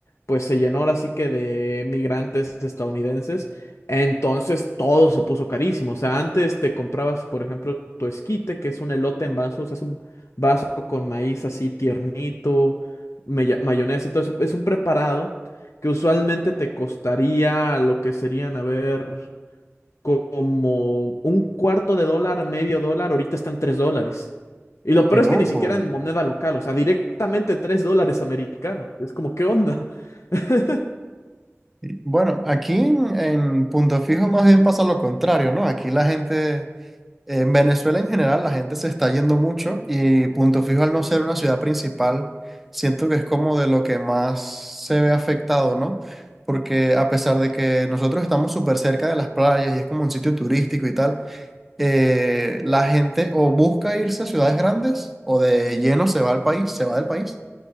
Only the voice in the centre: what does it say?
Qué loco.
Bueno, aquí en, en Punto Fijo más bien pasa lo contrario, ¿no? Aquí la gente En Venezuela en general la gente se está yendo mucho y Punto Fijo al no ser una ciudad principal, siento que es como de lo que más se ve afectado, ¿no? Porque a pesar de que nosotros estamos súper cerca de las playas y es como un sitio turístico y tal, eh, la gente o busca irse a ciudades grandes o de lleno se va al país, se va del país.